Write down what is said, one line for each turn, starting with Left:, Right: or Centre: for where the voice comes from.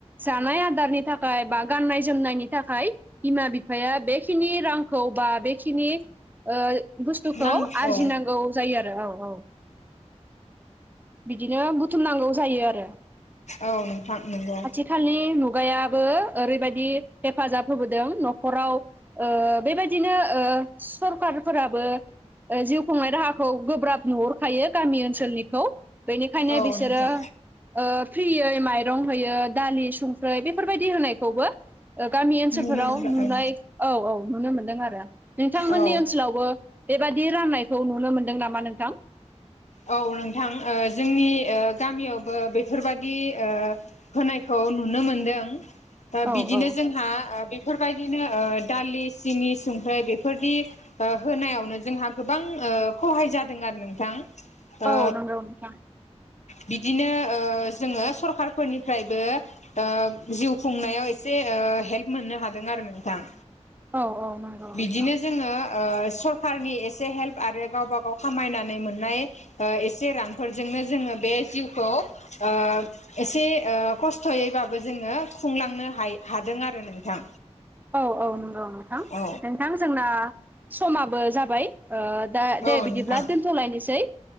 Right: जानाय आदारनि थाखाय बा गाननाय जोमनायनि थाखाय बिमा बिफाया बेखिनि रांखौ बा बेखिनि ओ बुस्थुखौ
Left: नां
Right: आरजिनांगौ
Left: औ
Right: जायो आरो औ औ बिदिनो बुथुमनांगौ जायो आरो।
Left: औ नोंथां नंगौ
Right: थालनि मुगायाबो ओरैबायदि हेफाजाब होबोदों न'खराव ओ बेबायदिनो ओ सरखारफोराबो ओ जिउ खुंनाय राहाखौ गोब्राब नुहरखायो गामि ओनसोलनिखौ‌ बेनिखायनो
Left: औ
Right: बिसोरो
Left: नोंथां
Right: ओ फ्रियै माइरं होयो दालि संख्रि बेफोरबायदि होनायखौबो ओ गामि ओनसोलफोराव
Left: नुनो मोनबाय
Right: नुनाय औ औ नुनो मोनदों आरो नोंथांमोननि
Left: औ
Right: ओनसोल लावबो बेबायदि राननायखौ नुनो मोनदों नामा नोंथां?
Left: औ नोंथां ओ जोंनि ओ गामियावबो बेफोरबाददि ओ होनायखौ नुनो मोनदों दा
Right: औ
Left: बिदिनो
Right: औ
Left: जोंहा बे बेफोरबायदिनो ओ दालि सिनि संख्राय बेफोरनि होनायावनो जोंहा गोबां ओ सहाय जादों आरो नोंथां। ओ
Right: औ नंगौ नोंथां
Left: बिदिनो ओ जोङो सरखारारफोरनिफ्रायबो ओ जिउ खुंनायाव एसे ओ हेल्प मोननो हादों आरो नोंथां।
Right: औ औ नंगौ नोंथां
Left: बिदिनो जोङो ओ सरखारनि एसे हेल्प आरो गावबा गाव खामायनानै मोननाय ओ एसे रांफोरजोंनो जोङो बे जिउखौ ओ एसे ओ खस्थ'यैबाबो जोङो खुंलांनो हायो हादों आरो नोंथां
Right: औ औ नंगौ नोंथां
Left: औ
Right: नोंथां जोंना समाबो जाबाय ओ दा
Left: औ
Right: दे बिदिब्ला
Left: नोंथां
Right: दोनथ'लायनोसै